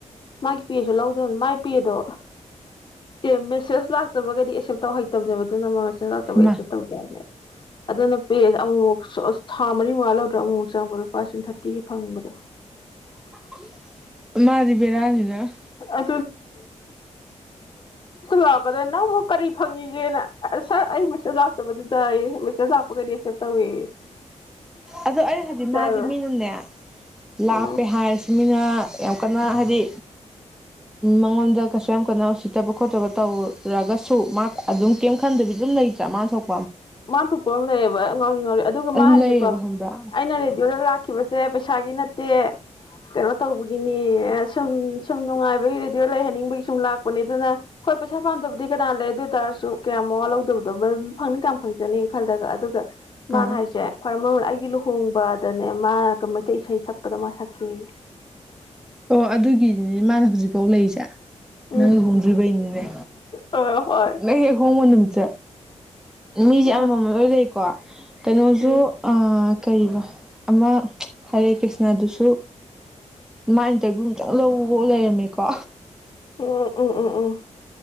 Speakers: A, on the left (about 40°); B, in the centre.
A: ꯃꯥꯒꯤ ꯄꯦꯁꯨ ꯂꯧꯗꯕꯅꯤ ꯃꯥꯏ ꯄꯦꯗꯣ ꯑꯦ ꯃꯦꯁꯦꯖ ꯂꯥꯛꯇꯕꯒꯗꯤ ꯑꯦꯛꯁꯦꯞ ꯇꯧꯍꯩꯇꯕꯅꯦꯕ ꯑꯗꯨꯅ ꯃꯥ ꯃꯦꯁꯦꯖ ꯂꯥꯛꯇꯕ
B: ꯃꯥ
A: ꯑꯦꯛꯁꯦꯞ ꯇꯧꯗꯦꯕꯅꯦꯕ ꯫ ꯑꯗꯨꯅ ꯄꯦꯖꯦ ꯑꯃꯨꯛ ꯃꯨꯛ ꯁꯣꯁ ꯊꯥ ꯃꯔꯤ ꯃꯉꯥ ꯂꯧꯗ꯭ꯔꯥ ꯑꯃꯨꯛ ꯆꯪꯉꯛꯄ ꯂꯨꯄꯥ ꯂꯤ ꯁꯤꯡ ꯊꯥꯔꯇꯤꯒꯤ ꯐꯪꯕꯗꯣ
B: ꯃꯥꯗꯤꯕꯦꯔꯥꯅꯤꯅ ꯫
A: <unintelligible> ꯂꯥꯛꯄꯥꯗ ꯅꯪꯕꯨ ꯀꯔꯤ ꯐꯪꯉꯤꯒꯦꯅ ꯁꯥꯔ ꯑꯩ ꯃꯦꯁꯦꯖ ꯂꯥꯛꯇꯕꯗꯨꯗ ꯑꯩ ꯃꯦꯁꯦꯖ ꯂꯥꯛꯄꯒꯩꯗꯤ ꯑꯦꯛꯁꯦꯞ ꯇꯧꯏꯌꯦ ꯫
B: ꯑꯗꯨ ꯑꯩ ꯍꯥꯏꯗꯤ ꯃꯥꯁꯦ
A: ꯌꯥꯎꯋꯦ
B: ꯃꯤꯅꯅꯦ ꯂꯥꯞꯄꯦ
A: ꯎꯝ
B: ꯍꯥꯏꯔꯁꯤ ꯃꯤꯅ ꯌꯥꯝ ꯀꯟꯅ ꯍꯥꯏꯗꯤ ꯃꯉꯣꯟꯗ ꯀꯩꯁꯨ ꯌꯥꯝ ꯀꯟꯅ ꯎꯁꯤꯠꯇꯕ ꯈꯣꯠꯇꯕ ꯇꯧꯔꯒꯁꯨ ꯃꯥ ꯑꯗꯨꯝ ꯀꯩꯝ ꯈꯟꯗꯕꯤ ꯑꯗꯨꯝ ꯂꯩ <unintelligible>
A: ꯃꯥ ꯊꯣꯛꯄ ꯑꯃ ꯂꯩꯌꯦꯕ ꯉꯥꯎꯔꯤ - ꯉꯥꯎꯔꯤ ꯑꯗꯨꯒ
B: ꯑꯗꯨꯝ
A: ꯃꯥ ꯍꯥꯏꯁꯦꯀꯣ
B: ꯂꯩꯌꯦꯕ ꯈꯪꯕ꯭ꯔꯥ
A: ꯑꯩꯅ ꯔꯦꯗꯤꯑꯣꯗ ꯂꯥꯛꯈꯤꯕꯁꯦ ꯄꯩꯁꯥꯒꯤꯅ ꯅꯠꯇꯦ ꯀꯩꯅꯣ ꯇꯧꯕꯒꯤꯅꯤ ꯁꯨꯝ ꯁꯨꯝ ꯅꯨꯡꯉꯥꯏꯕꯒꯤ ꯔꯦꯗꯤꯑꯣ ꯂꯩꯍꯟꯅꯤꯡꯕꯒꯤ ꯁꯨꯝ ꯂꯥꯛꯄꯅꯦ ꯑꯗꯨꯅ ꯍꯣꯏ ꯄꯩꯁꯥ ꯄꯥꯝꯗꯕꯗꯤ ꯀꯅꯥ ꯂꯩ ꯑꯗꯨ ꯑꯣꯏꯇꯥꯔꯁꯨ ꯀꯌꯥꯝ ꯃꯋꯥ ꯂꯧꯗꯕꯗꯣ ꯐꯪꯅꯤꯡ ꯀꯥꯟ ꯐꯪ ꯖꯅꯤ ꯈꯜꯂꯒ ꯑꯗꯨꯒ ꯃꯥꯅ
B: ꯑꯥ
A: ꯍꯥꯏꯁꯦ ꯈ꯭ꯋꯥꯏ ꯃꯔꯨ ꯑꯩꯒꯤ ꯍꯣꯡꯕꯗꯅꯦ ꯃꯥ ꯃꯩꯇꯩ ꯏꯁꯩ ꯁꯛꯄꯗꯣ ꯃꯥ ꯁꯛꯀꯦꯌꯦ꯫
B: ꯑꯣ ꯑꯗꯨꯒꯤꯅꯤꯅꯦ ꯃꯥꯅ ꯍꯧꯖꯤꯐꯥꯎ ꯂꯩꯔꯤꯁꯦ
A: ꯎꯝ
B: ꯅꯪ ꯂꯨꯍꯣꯡꯗ꯭ꯔꯤꯕꯩ ꯅꯤꯅꯦ
A: ꯍꯣꯏ ꯍꯣꯏ
B: ꯅꯪ ꯍꯦꯛ ꯍꯣꯡꯕ ꯅꯨꯃꯤꯠꯇ ꯃꯤꯁꯦ
A: ꯍꯣꯏ
B: ꯑꯃꯃꯝ ꯑꯣꯏ ꯂꯩꯀꯣ꯫ ꯀꯩꯅꯣꯁꯨ
A: ꯎꯝ
B: ꯑꯥ ꯀꯔꯤꯕ ꯑꯃ ꯍꯔꯦ ꯀ꯭ꯔꯤꯁꯅꯗꯨꯁꯨ ꯃꯥ ꯏꯟꯇꯔꯚꯤꯌꯨ ꯑꯝꯇꯪ ꯂꯧꯐꯥꯎ ꯂꯩꯔꯝꯃꯦꯀꯣ
A: ꯎꯝ ꯎꯝ ꯎꯝ ꯎꯝ